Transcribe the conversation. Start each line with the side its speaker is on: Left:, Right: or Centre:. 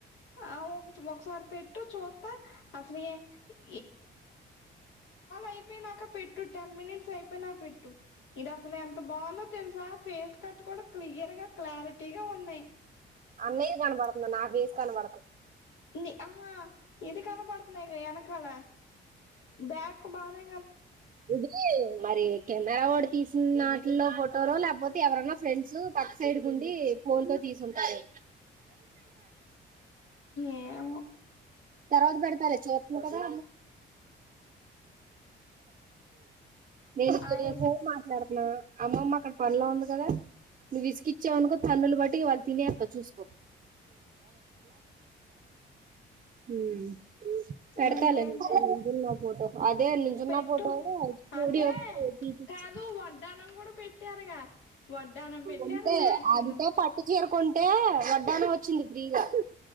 Left: ఆ ఒ ఒకసారి పెట్టు చూత్త <unintelligible> <unintelligible> <unintelligible> అయిపోయినాక పెట్టు టెన్ మినిట్స్ అయిపోయి నాక పెట్టు ఇది అసలు ఎంత బాగుందో తెలుసా ఫేస్ కట్ కూడా క్లియర్ గా క్లారిటీగా ఉన్నయ్
Right: అన్నయ్యే కనబడుతున్నడ్ నా బేస్ కనబడ
Left: ని ఆహా ఇది కనపడుతున్నయివే ఎనకాల బ్యాక్ బాగానే
Right: ఇదీ మరి కెమెరా వోడు తీసిన్నాటిలో ఫొటోలో లేకపోతే ఎవరన్నా ఫ్రెండ్స్ పక్క సైడ్ గుండీ ఫోన్ తో తీసుంటారు
Left: ఏమో
Right: తర్వాత పెడతాలే చూత్తున కదా నేను <unintelligible>
Left: అయి
Right: ఫోన్ మాట్లాడుత్న్నా అమ్మమ్మ అక్కడ పన్లో ఉంది గదా నువ్వు విసుగిచ్చావనుకో తన్నులు బడి వాళ్ళు తినేత్త చూసుకో మ్మ్ పెడతాలే
Left: ఇంకేంటే
Right: ఫోటో నువ్ నుంజున్న ఫోటో అదే నుంచున్న
Left: పెట్టు
Right: స్టూడియో
Left: అంటే
Right: కి పోయి తీపిచ్చు
Left: కాదు వడ్డానం కూడా పెట్టారుగా వడ్డానం పెట్టారు
Right: అంతే
Left: మ్యాటీలు
Right: అంటే పట్టు చీర కొన్ టే వడ్డాణం వచ్చింది ఫ్రీగా